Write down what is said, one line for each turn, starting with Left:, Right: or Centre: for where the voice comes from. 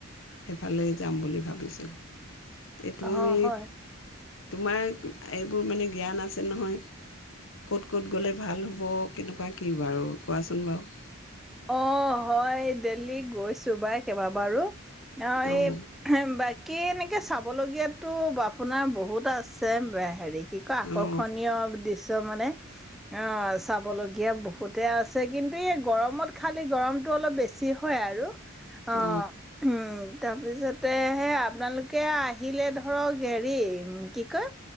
Left: সেইফালে যাম বুলি ভাবিছো তুমি
Centre: অ', হয়।
Left: তোমাৰ এইবোৰ মানে জ্ঞান আছে নহয় ক'ত ক'ত গ'লে ভাল হ'ব কেনেকুৱা কি বাৰু কোৱাচোন বাৰু
Centre: অ, হয়। দেল্হী গৈছো বাই কেইবাবাৰো। অ
Left: অঁ
Centre: এই কি এনেকি চাবলগীয়াতো আপোনাৰ বহুত আছে হেৰি কি কয় আকৰ্ষণীয়
Left: অঁ
Centre: দৃশ্য মানে অ চাবলগীয়া বহুতে আছে কিন্তু এই গৰমত খালি গৰমতটো অলপ বেছি হয় আৰু অ
Left: অঁ অঁ
Centre: উম তাৰপিছতে সে আপোনালোকে আহিলে ধৰক হেৰি কি কয়